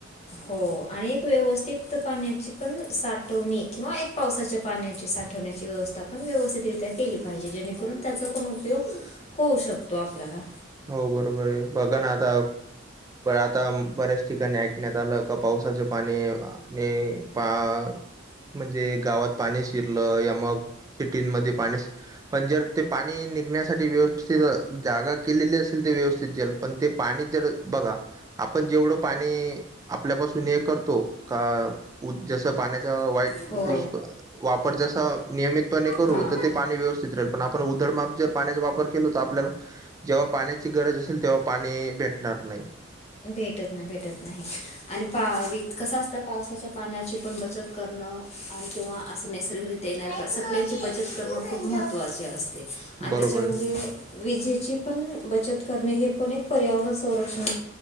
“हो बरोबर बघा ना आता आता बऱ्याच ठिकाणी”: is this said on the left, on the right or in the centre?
Right